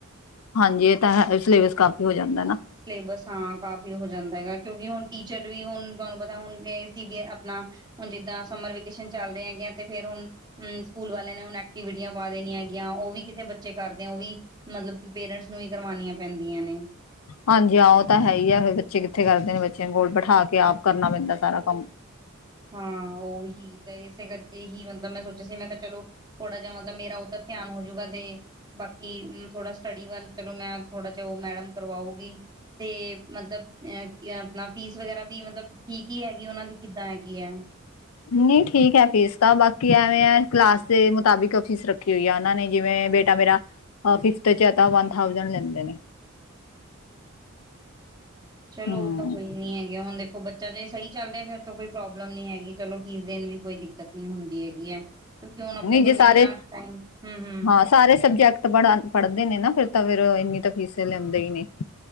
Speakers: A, on the right; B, on the left.
A: <unintelligible>
B: ਹਾਂਜੀ ਇਹ ਤਾਂ ਹੈ ਸਿਲੇਬਸ ਕਮ ਹੋ ਜਾਂਦਾ ਨਾ
A: ਸਿਲੇਬਸ ਹਾਂ ਕਾਫੀ ਹੋ ਜਾਂਦਾ ਹੈਗਾ ਕਿਉਂਕਿ ਹੁਣ ਟੀਚਰ ਵੀ ਹੁਣ ਤੁਹਾਨੂੰ ਪਤਾ ਹੁਣ ਸੀ ਬੀ ਵੀ ਆਪਣਾ ਹੁਣ ਜ ਦਾਂ ਸਮਰ ਵੇਕੇਸ਼ਨ ਚੱਲ ਦੇ ਹੈਗੇ ਆ ਤਾਂ ਤੇ ਫੇਰ ਹੁਣਮ ਸਕੂਲ ਵਾਲਿਆਂ ਨੇ ਹੁਣ ਐਕਟੀਵਿਟੀਆਂ ਪਾ ਦੇਣੀਆਂ ਹੈਗੀਆਂ ਉਹ ਵੀ ਕਿਥੇ ਬੱਚੇ ਕਰਦੇ ਆ ਉਹ ਵੀ ਮਤਲਬ ਪੇਰੈਂਟਸ ਨੂੰ ਹੀ ਕਰਵਾਣੀਆਂ ਪੈਂਦੀਆਂ। ਦੀਆਂ ਨੇ
B: ਹਾਂਜੀ ਆਹ ਉਹ ਤਾਂ ਹੈ ਹੀ ਆ ਫਿਰ ਬੱਚੇ ਕਿੱਥੇ ਕਰਦੇ ਨੇ ਬੱਚਿਆਂ ਕੋਲ ਬੈਠਾਂ ਕੇ ਆਪ ਕਰਨਾ ਪੈਂਦਾ ਸਾਰਾ ਕੰਮ
A: ਹਾਂ ਉਹੀ ਤੇ ਇਸੇ ਕਰਕੇ ਹੀ ਮਤਲਬ ਮੈਂ ਸੋਚਿਆ ਸੀ ਮੈਂ ਕਿਹਾ ਚਲੋ ਥੋੜਾ ਜਿਹਾ ਮਤਲਬ ਮੇਰਾ ਉਧਰ ਧਿਆਨ ਹੋਜੂਗਾ ਦੇ ਬਾਕੀ ਕਿ ਥੋੜਾ ਸਟੱਡੀ ਵੱਲ ਚਲੋ ਮੈਂ ਥੋੜਾ ਜਿਹਾ ਉਹ ਮੈਡਮ ਕਰਵਾਉਗੀ ਤੇ ਮਤਲਬ ਅ ਆਪਣਾ ਫੀਸ ਵਗੈਰਾ ਵੀ ਮਤਲਬ ਠੀਕ ਹੀ ਹੈਗੀ ਉਹਨਾਂ ਦੀ ਕਿੱਦਾਂ ਹੈਗ ਕੀ ਏ
B: ਨਹੀਂ ਠੀਕ ਹੈ ਫੀਸ ਤਾਂ ਬਾਕੀ ਐਵੇਂ ਕਲਾਸ ਦੇ ਮੁਤਾਬਿਕ ਫੀਸ ਰੱਖੀ ਹੋਈ ਆ ਉਹ ਨੇ ਜਿਵੇ ਬੇਟਾ ਮੇਰਾ ਫਿਫ਼ਥ ਚ ਏ ਤਾਂ ਵਨ ਥਾਊਸੈਂਡ ਲੈਂਦੇ ਨੇ।
A: ਚਲੋ
B: ਹਮ
A: ਉਹ ਤਾਂ ਕੋਈ ਨੀ ਹੈਗੇ ਹੁਣ ਦੇਖੋ ਬੱਚਾ ਜੇ ਸਹੀ ਚੱਲ ਰਿਹਾ ਫੇਰ ਤੋਂ ਕੋਈ ਪ੍ਰੋਬਲ ਲਮ ਨੀ ਹੈਗੀ ਚਲੋ ਫੀਸ ਦੇਣ ਵੀ ਕੋਈ ਦਿੱਕਤ ਨੀ ਹੁੰਦੀ ਹੈਗੀ ਹੈ ਕਿਉਂਕਿ ਹੁਣ ਆਪਣੇ ਕੋਲ
B: ਜੇ
A: ਵੀ
B: ਸਾਰੇ
A: ਇੰਨਾ ਟਾਈਮ ਹੂੰ ਹੂੰ
B: ਹਾਂ ਸਾਰੇ ਸਬਜੈਕਟ ਪੜ ਪੜ੍ਹਦੇ ਨੇ ਨਾ ਫਿਰ ਤਾਂ ਫਿਰ ਇੰਨੀ ਤਾਂ ਫੀਸ ਤਾਂ ਲੇਂਦੇ ਇਸ ਨੇ।